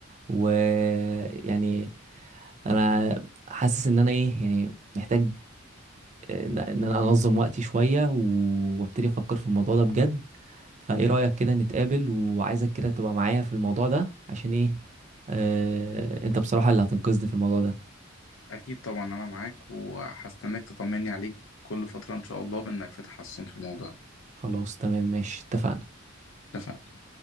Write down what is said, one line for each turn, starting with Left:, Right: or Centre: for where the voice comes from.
Right: ويعني انا حاسس ان انا ايه يعني محتاج ان إن انا انظم وقتي شوية و- وابتدي افكر في الموضوع ده بجد فايه رأيك كده نتقابل وعايزك كده تبقى معايا في الموضوع ده عشان ايه آه انت بصراحة اللي هتنقذني في الموضوع ده
Left: اكيد طبعا انا معاك وهستناك تطمني عليك كل فترة ان شاء الله بانك في تحسن في الموضوع
Right: خلاص تمام ماشي اتفقنا
Left: اتفقنا